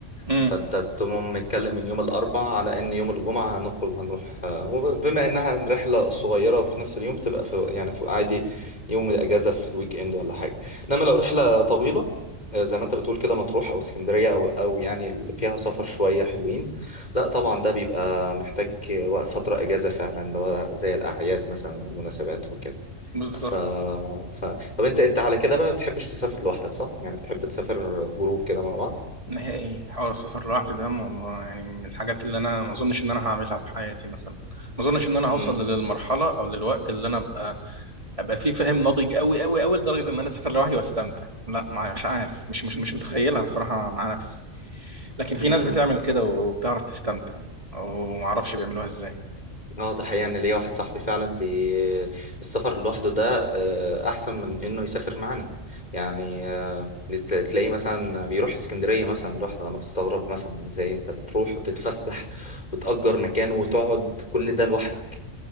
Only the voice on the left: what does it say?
فأنت بتقوم متكلم من يوم الأربع على إن يوم الجمعة هنخرج هنروح آه، وب- بما إنها رحلة صغيرة وفي نفس اليوم بتبقى في يعني في عادي يوم الأجازة في الويك إند ولا حاجة إنما لو رحلة طويلة آه، زي ما أنت بتقول كده مطروح أو اسكندرية أو أو يعني ال- فيها سفر شوية حلوين لا طبعا ده بيبقى محتاج وقت- فترة أجازة فعلا اللي هو زي الأعياد مثلا والمناسبات وكده
ف... ف... طب انت انت على كده بقى بتحبش تسافر لوحدك صح؟ يعني بتحب تسافر جروب كده مع بعض؟
امم
امم
اه ده حقيقة ان ليا واحد صاحبي فعلا بي... السفر لوحده ده آه، احسن من انه يسافر معانا يعني آه، بت- تلاقيه مثلا بيروح اسكندرية مثلا لوحده انا بستغرب مثلا ازاي انت بتروح وتتفسح وتأجر مكان وتقعد كل ده لوحدك